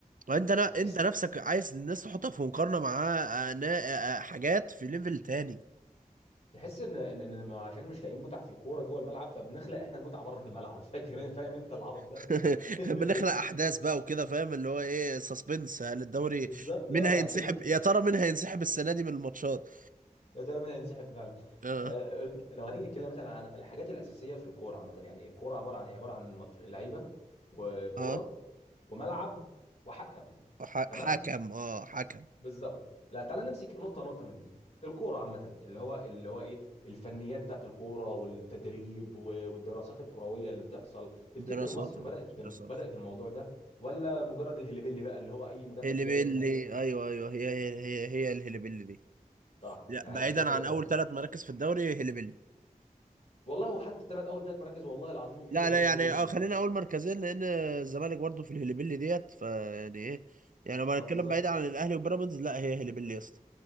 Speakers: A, on the right (about 65°); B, on the left (about 50°).
A: وانت لا
B: تحس
A: انت نفسك عايز الناس تحطك في مقارنه مع آه، نا- آه، آه، حاجات في ليفل تاني
B: تحس ان ان إن ما- عشان مش لاقيين متعة في الكورة جوه الملعب فبنخلق احنا المتعة بره الملعب <laughs> فاكر فاهم انت العبط ده
A: <laughs>
B: <laughs>
A: بنخلق احداث بقى وكده فاهم اللي هو ايه سسبنس هل الدوري
B: بالظبط
A: مين
B: اه
A: هينسحب
B: عشان
A: يا ترى مين هينسحب السنه دي من الماتشات
B: يا ترى مين هينسحب فعلا
A: اه
B: آه، لو هنيجي نتكلم مثلا عن الحاجات الاساسيه في الكوره عامه يعني الكوره عباره عن إيه؟ عباره عن ماتش- لعيبه وكوره
A: اه
B: وملعب وحكم
A: ح-
B: تمام
A: حكم اه حكم
B: بالظبط لا تعالى نمسك نقطه نقطه من دي الكوره عامه اللي هو اللي هو ايه الفنيات بتاعت الكوره والتدريب و- والدراسات الكرويه اللي بتحصل تفتكر
A: دراسات
B: مصر
A: اه
B: بدات
A: دراسات
B: بدات الموضوع ده ولا مجرد الهليبيلي بقى اللي هو اي مدرب
A: هيلبيلي
B: جاي من اي حته
A: ايوه ايوه هي هي هي, هي الهيلبيلي دي
B: صح
A: لا
B: يعني
A: بعيدا
B: انت شايف كده
A: عن
B: فعلا
A: اول ثلاث مراكز في الدوري هيلبيلي
B: والله وحتى ثلاث اول ثلاث مراكز والله العظيم في
A: لا
B: مدربين
A: لا يعني
B: هلبيل
A: آه،
B: بيجي
A: خلينا
B: والله
A: اول مركزين لان الزمالك برضه في الهيلبيلي ديت فيعني ايه يعني لما
B: اه
A: نتكلم
B: بالظبط
A: بعيد عن الاهلي وبيراميدز لا هي هيلبيلي يا اسطى